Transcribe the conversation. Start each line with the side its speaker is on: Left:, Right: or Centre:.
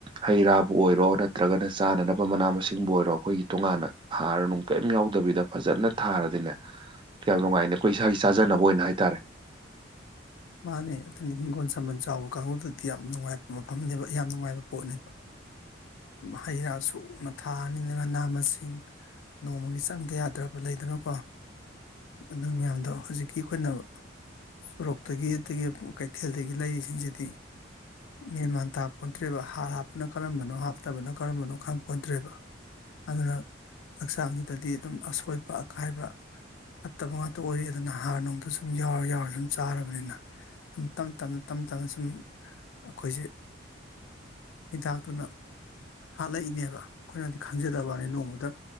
Right: ꯍꯩ ꯔꯥꯕꯨ ꯑꯣꯏꯔꯣ ꯅꯠꯇ꯭ꯔꯒꯅ ꯆꯥꯅꯅꯕ ꯃꯅꯥ ꯃꯁꯤꯡꯕꯨ ꯑꯣꯏꯔꯣ ꯑꯩꯈꯣꯏꯒꯤ ꯇꯣꯉꯥꯟꯅ ꯍꯥꯔ ꯅꯨꯡ ꯀꯔꯤꯝ ꯌꯥꯎꯗꯕꯤ ꯗ ꯐꯖꯅ ꯊꯥꯔꯗꯤꯅꯦ ꯀꯌꯥꯝ ꯅꯨꯡꯉꯥꯏꯅꯦ ꯑꯩꯈꯣꯏ ꯏꯁꯥꯒꯤ ꯆꯥꯖꯅꯕ ꯑꯣꯏꯅ ꯍꯥꯏꯇꯥꯔꯦ
Left: ꯃꯥꯅꯦ ꯑꯗꯨꯅꯤ ꯍꯤꯡꯒꯣꯜ ꯁꯝꯕꯜ ꯆꯥꯎꯕ ꯀꯥꯡꯕꯨꯗꯗꯤ ꯌꯥꯝ ꯅꯨꯡꯉꯥꯏꯕ ꯃꯐꯝꯅꯦꯕ ꯌꯥꯝ ꯅꯨꯡꯉꯥꯏꯕ ꯄꯣꯠꯅꯦꯕ ꯍꯩ ꯔꯥ ꯁꯨꯅ ꯊꯥꯔꯅꯤꯅ ꯃꯅꯥ ꯃꯁꯤꯡ ꯅꯣꯡꯃꯒꯤ ꯆꯪꯗ ꯌꯥꯗ꯭ꯔꯕ ꯂꯩ ꯀꯩꯅꯣꯀꯣ ꯑꯗꯨ ꯃꯌꯥꯝꯗꯣ ꯍꯧꯖꯤꯛꯀꯤ ꯑꯩꯈꯣꯏꯅ ꯁꯣꯔꯣꯛ ꯇꯒꯤ ꯑꯒꯤ ꯀꯩꯊꯦꯜꯗꯒꯤ ꯂꯩꯁꯤꯡꯁꯤꯗꯤ ꯃꯤ ꯃꯟꯇꯥꯄꯣꯟꯇ꯭ꯔꯦꯕ ꯍꯥꯔ ꯍꯥꯞꯄꯅ ꯀꯔꯝꯕꯅꯣ ꯍꯥꯞꯇꯕꯅ ꯀꯔꯝꯕꯅꯣ ꯈꯪ ꯄꯣꯟꯗ꯭ꯔꯦꯕ ꯑꯗꯨꯅ ꯍꯛꯆꯥꯡꯁꯤꯗꯗꯤ ꯑꯗꯨꯝ ꯑꯁꯣꯏꯕ ꯑꯀꯥꯏꯕ ꯐꯠꯇꯕ ꯉꯥꯛꯇ ꯑꯣꯏꯔ ꯑꯗꯨꯅ ꯍꯥꯔ ꯅꯨꯡꯗ ꯁꯨꯝ ꯌꯥꯎꯔ ꯌꯥꯎꯔ ꯁꯨꯝ ꯆꯥꯔꯒ ꯅꯤꯅ ꯁꯨꯝ ꯇ ꯁꯨꯝ ꯑꯩꯈꯣꯏꯁꯦ ꯍꯤꯗꯥꯛꯇꯨꯅ ꯍꯥꯠꯂꯛꯏꯅꯦꯕ ꯑꯩꯈꯣꯏꯅꯗꯤ ꯈꯪꯖꯗꯕꯅꯤ ꯅꯣꯡꯃꯗ